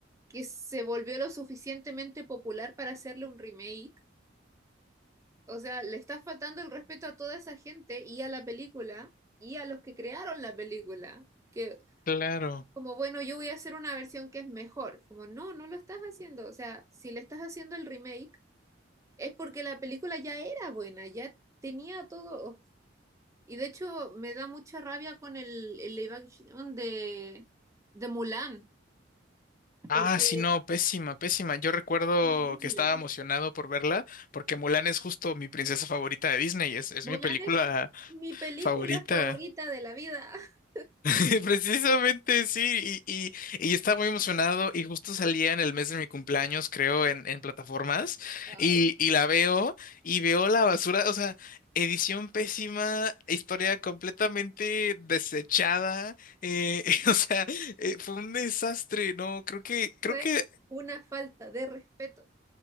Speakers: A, on the right; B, on the left.
A: que se volvió lo suficientemente popular para hacerle un remake. O sea, le está faltando el respeto a toda esa gente y a la película y a los que crearon la película. Que
B: Claro.
A: como, bueno, yo voy a hacer una versión que es mejor. Como, no, no lo estás haciendo. O sea, si le estás haciendo el remake, es porque la película ya era buena, ya tenía todo. Y de hecho, me da mucha rabia con el, el live action de, de Mulan,
B: Ah,
A: porque
B: sí, no,
A: es
B: pésima, pésima. Yo recuerdo
A: horrible.
B: que estaba emocionado por verla porque Mulan es justo mi princesa favorita de Disney, es, es
A: Mulan
B: mi película
A: es mi película
B: favorita.
A: favorita de la vida. <laughs>
B: <laughs> Precisamente sí, y, y, y estaba muy emocionado y justo salía en el mes de mi cumpleaños, creo, en, en plataformas,
A: Ay,
B: y, y la veo y veo la basura, o sea, edición pésima, historia completamente desechada, eh, <laughs> o sea, eh, fue un desastre, no, creo que, creo
A: fue
B: que
A: una falta de respeto.